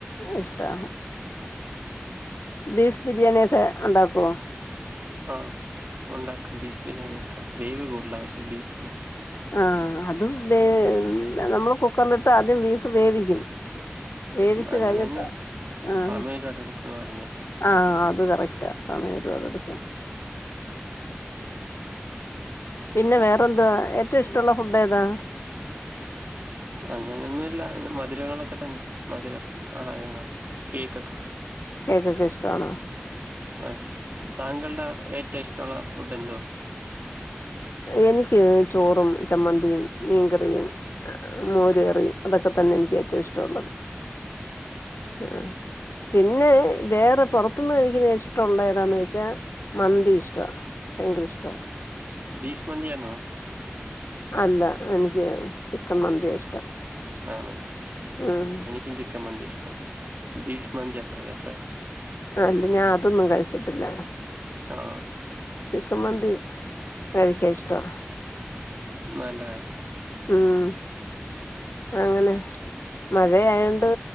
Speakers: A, on the left; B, on the right.
A: ഇഷ്ടാ ബീഫ് ബിരിയാണി ഒക്കെ ഉണ്ടാക്കുവോ
B: ആഹ് ഉണ്ടാക്കും ബീഫ് ബിരിയാണി ഒക്കെ വേവ് കൂടുതല പക്ഷേ ബീഫന്
A: ആഹ് അതുംവേ നമ്മള് കുക്കറിലിട്ട് ആദ്യം ബീഫ് വേവിക്കും വേവിച്ചു
B: അങ്ങനെന്നെ
A: കഴിഞ്ഞിട്ട് ആഹ്
B: സമയം ഒരുപാട് എടുക്കുംന്ന് പറഞ്ഞ്.
A: ആഹ് ആഹ്അത് കറക്റ്റാ സമയം ഒരുപാട് എടുക്കംആഹ് പിന്നെ വേറെ എന്താ ഏറ്റവും ഇഷ്ടമുള്ള ഫുഡ് ഏതാ
B: അങ്ങനൊന്നുമല്ല മധുരങ്ങളൊക്കെ തന്നെ മധുരം ആഹാരങ്ങൾക്ക് കേക്ക്ഒക്കെ
A: കേക്ക്ഒക്കെ ഇഷ്ടണോ
B: അതെ താങ്കളുടെ ഏറ്റവും ഇഷ്ടമുള്ള ഫുഡ് എന്തവാ
A: എനിക്ക് ചോറും ചമ്മന്തിയും മീൻകറിയും മോര് കറിയും അതൊക്കെ തന്നെ എനിക്ക് ഏറ്റവും ഇഷ്ടമുള്ളത് ആഹ് പിന്നെ വേറെ പുറത്തുന്ന് കഴിക്കുന്നത് ഇഷ്ടമുള്ള ഏതാന്ന് വെച്ചാ മന്തി ഇഷ്ടമാണ് ഭയങ്കര ഇഷ്ടാണ്
B: ബീഫ് മന്തിയാണൊ
A: അല്ല എനിക്ക് ചിക്കൻ മന്തി ഇഷ്ടം
B: ആണ്
A: ഉം
B: എനിക്കും ചിക്കൻ മന്തി ഇഷ്ടം ബീഫ് മന്തി അത്ര രസല്ല
A: ആഹ് അല്ല ഞാൻ അതൊന്നും കഴിച്ചിട്ടില്ല
B: ആഹ്
A: ചിക്കൻ മന്തി കഴിക്കാൻ ഇഷ്ടം
B: നല്ല കാര്യം
A: ഉം അങ്ങനെ മഴയായോണ്ട്